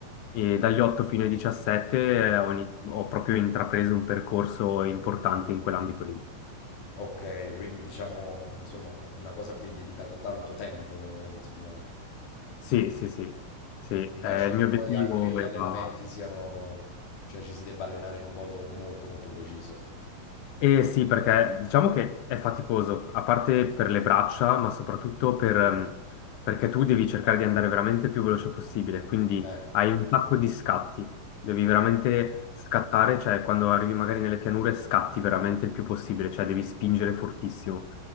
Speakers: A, on the left (about 70°); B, on the left (about 80°).
A: e dagli 8 fino ai 17 eh, ho, ini- ho proprio intrapreso un percorso importante in quell'ambito lì.
B: Ok, quindi diciamo, insomma, una cosa a cui hai dedicato tanto tempo, non è, insomma,
A: Sì,
B: eh,
A: sì, sì, sì. Eh,
B: immagino
A: il
B: che
A: mio obiettivo
B: poi anche gli
A: era...
B: allenamenti siano, cioè ci si debba allenare in un modo molto molto preciso.
A: Eh sì, perché diciamo che è faticoso, a parte per le braccia, ma soprattutto per, ehm, perché tu devi cercare di andare veramente il più veloce possibile, quindi
B: Eh,
A: hai un sacco di scatti, devi veramente scattare, cioè quando arrivi magari nelle pianure scatti veramente il più possibile, cioè devi spingere fortissimo,